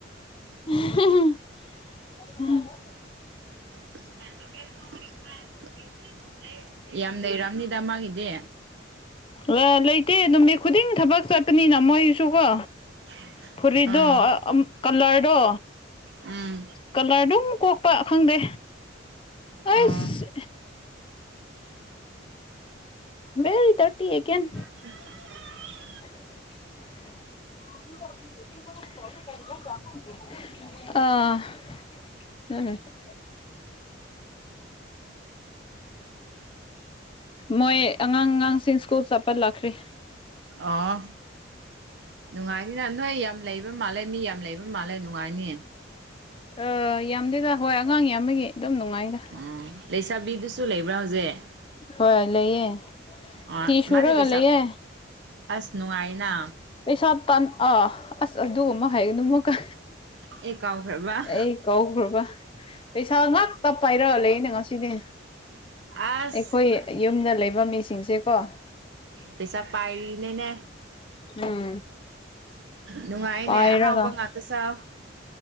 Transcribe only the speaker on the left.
<unintelligible>
ꯂꯥ ꯂꯩꯇꯦ ꯅꯨꯃꯤꯠ ꯈꯨꯗꯤꯡ ꯊꯕꯛ ꯆꯠꯄꯅꯤꯅ ꯃꯣꯏꯁꯨꯀꯣ
ꯐꯨꯔꯤꯠꯗꯣ
ꯑꯝ ꯀꯂꯔꯗꯣ
ꯀꯂꯔꯗꯣ ꯀꯣꯛꯄ ꯈꯪꯗꯦ
ꯑꯁ ꯕꯦꯔꯤ ꯗꯔꯇꯤ ꯑꯦꯒꯦꯟ
<unintelligible> ꯑꯥ <unintelligible> ꯃꯣꯏ ꯑꯉꯥꯡ ꯑꯉꯥꯡꯁꯤꯡ ꯁ꯭ꯀꯨꯜ ꯆꯠꯄ ꯂꯥꯛꯈ꯭ꯔꯤ
ꯑꯥ ꯌꯥꯝꯗꯦꯗ ꯍꯣꯏ ꯑꯉꯥꯡ ꯌꯥꯝꯕꯒꯤ ꯑꯗꯨꯝ ꯅꯨꯡꯉꯥꯏꯗ
ꯍꯣꯏ ꯂꯩꯌꯦ
ꯐꯤ ꯁꯨꯔꯒ
ꯂꯩꯌꯦ
ꯄꯩꯁꯥ ꯇꯥꯟ ꯑꯥ ꯑꯁ ꯑꯗꯨꯒꯨꯝꯕ ꯍꯩꯒꯅꯨ ꯑꯃꯨꯛꯀꯥ
ꯑꯩ ꯀꯧꯈ꯭ꯔꯕ ꯄꯩꯁꯥ ꯉꯥꯛꯇ ꯄꯥꯏꯔꯒ ꯂꯩꯌꯦꯅꯦ ꯉꯁꯤꯗꯤ
ꯑꯩꯈꯣꯏ ꯌꯨꯝꯗ ꯂꯩꯕ ꯃꯤꯁꯤꯡꯁꯦꯀꯣ
ꯎꯝ
ꯄꯥꯏꯔꯒ
<inaudible>